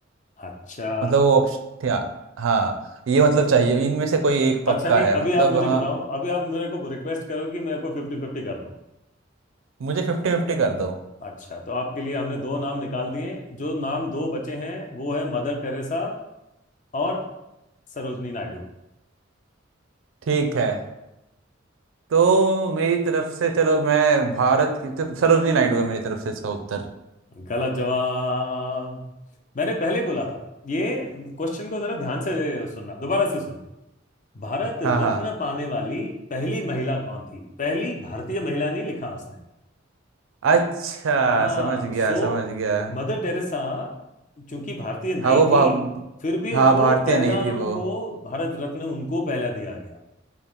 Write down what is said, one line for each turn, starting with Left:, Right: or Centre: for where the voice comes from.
Left: अच्छा
Right: मतलब वो ऑप्शन था हाँ ये मतलब चाहिए इनमें से कोई एक पक्का
Left: अच्छा नहीं
Right: है
Left: अभी
Right: मतलब
Left: आप मुझे
Right: हाँ
Left: बताओ अभी आप मेरे को रिक्वेस्ट करो कि मेरे को फिफ्टी फिफ्टी कर दो
Right: मुझे फिफ्टी फिफ्टी कर दो
Left: अच्छा तो आपके लिए हमने दो नाम निकाल दिए जो नाम दो बचे हैं वो है मदर टेरेसा और सरोजनी नायडू
Right: ठीक है तो मेरी तरफ से चलो मैं भारत की तो सरोजनी नायडू है मेरी तरफ से इसका उत्तर
Left: गलत जवाब मैंने पहले बोला था ये क्वेश्चन को जरा ध्यान से सुनना दोबारा से सुन भारत रत्न
Right: हाँ हाँ
Left: पाने वाली पहली महिला कौन थी पहली भारतीय महिला नहीं लिखा उसने
Right: अच्छा
Left: हाँ
Right: समझ गया
Left: सो
Right: समझ गया
Left: मदर टेरेसा चूंकि भारतीय नहीं
Right: हाँ वो भा,
Left: थी फिर भी उनको
Right: हाँ भारतीय
Left: पहला
Right: नहीं थी
Left: उनको
Right: वो
Left: भारत रत्न उनको पहला दिया गया